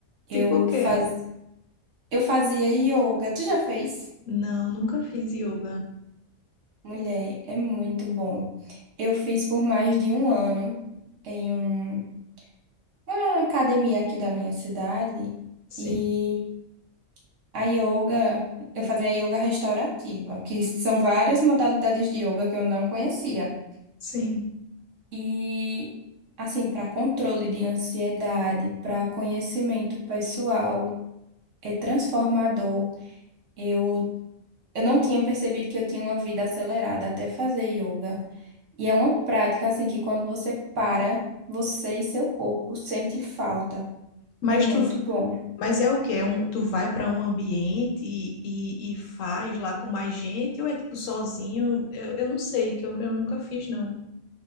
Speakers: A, on the right; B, on the left.
A: Eu
B: Tipo o quê?
A: faz... eu fazia yoga. Tu já fez?
B: Não, nunca fiz yoga.
A: Mulher, é muito bom. Eu fiz por mais de um ano em um- uma academia aqui da minha cidade.
B: Sim,
A: E a yoga, eu fazia yoga restaurativa, que são várias modalidades de yoga que eu não conhecia.
B: sim.
A: E assim, para controle de ansiedade, para conhecimento pessoal, é transformador. Eu Eu não tinha percebido que eu tinha uma vida acelerada até fazer yoga. E é uma prática assim que quando você para, você e seu corpo sente falta.
B: Mas
A: É muito
B: tu,
A: bom.
B: mas é o quê? É um, tu vai para um ambiente e, e, e faz lá com mais gente ou é tipo sozinho? Eu, eu não sei, que eu, eu nunca fiz, não.